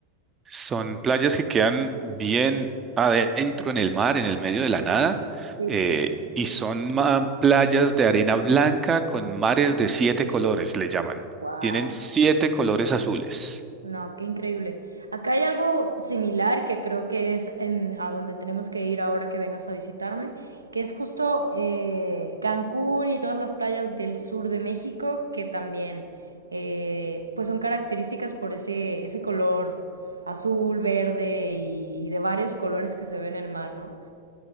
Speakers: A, on the right; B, on the right.
A: Son playas que quedan bien adentro en el mar, en el medio de la nada,
B: sí.
A: eh, y son ma- playas de arena blanca con mares de siete colores, le llaman.
B: Wow.
A: Tienen siete colores azules.
B: No, qué increíble. Acá hay algo similar que creo que es en, a donde tenemos que ir ahora que vengas a visitarme, que es justo eh, Cancún y todas las playas del sur de México, que también eh, pues son características por ese, ese color azul, verde y, y de varios colores que se ve en el mar, ¿no?